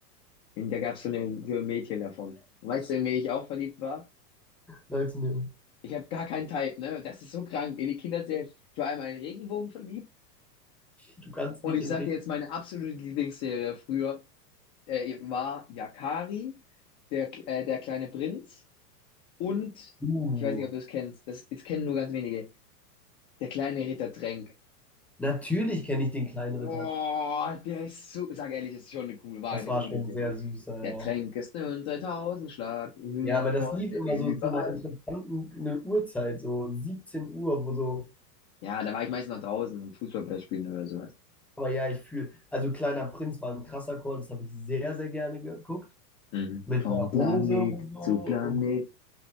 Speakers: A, on the left; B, in the centre.
A: Und da gab's so, eine, so ein Mädchen davon. Und weißt du, in wen ich auch verliebt war?
B: Sag's mir.
A: Ich habe gar keinen Type, ne? Das ist so krank. In die Kinderserie. Ich war einmal in Regenbogen verliebt.
B: Du kannst
A: Und
B: nicht
A: ich
B: in
A: sag
B: Regen.
A: dir jetzt meine absolute Lieblingsserie früher. äh, war Yakari, der, äh, der kleine Prinz und
B: Uh,
A: ich weiß nicht, ob du es kennst, das, das kennen nur ganz wenige, der kleine Ritter Tränk.
B: natürlich kenne ich den kleinen
A: Oh,
B: Ritter.
A: der ist so, sag ehrlich, das ist schon eine coole, war
B: Das
A: eine
B: war
A: coole
B: schon
A: Serie.
B: sehr süßer,
A: Der
B: ja.
A: Tränk
B: ja.
A: ist ein 3000 Schlag, Freunde
B: Ja, aber das lief immer
A: überall.
B: so zu einer interessanten ne, Uhrzeit, so 17 Uhr, wo so,
A: Ja, da war ich meistens noch draußen, um Fußballplatz spielen oder sowas.
B: aber ja, ich fühle, also Kleiner Prinz war ein krasser Call, das habe ich sehr, sehr gerne geguckt,
A: Mhm.
B: mit
A: Vom
B: der
A: Planet
B: Rose und so.
A: zu Planet,